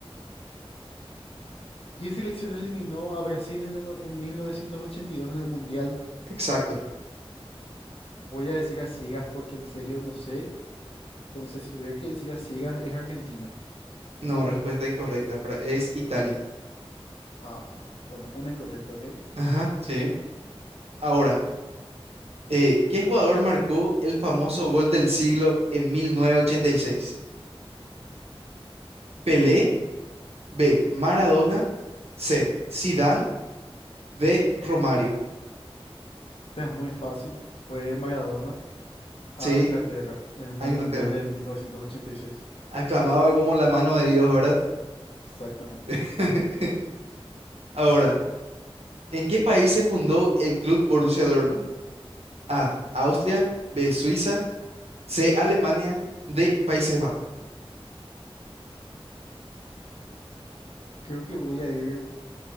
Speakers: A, on the left; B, on the right.
A: ¿Qué selección eliminó a Brasil en, el no- en 1982 en el Mundial?
B: Exacto.
A: Voy a decir a ciegas porque en serio no sé. Entonces, si tuviera que decir a ciegas, es Argentina.
B: No, respuesta incorrecta, pero es Italia.
A: Ah, bueno, una incorrecta, ¿ok? Esta
B: Ajá, sí. Ahora, eh, ¿qué jugador marcó el famoso gol del siglo en 1986? Pelé, B, Maradona, C, Zidane, D, Romario.
A: es muy fácil. Fue Maradona a
B: Sí,
A: Inglaterra en
B: a
A: el
B: Inglaterra.
A: Mundial de 1986.
B: Aclamado como la mano de Dios, ¿verdad?
A: Exactamente.
B: <laughs> Ahora, ¿en qué país se fundó el club Borussia Dortmund? A, Austria, B, Suiza. C, Alemania, D, Países Bajos.
A: Creo que voy a ir,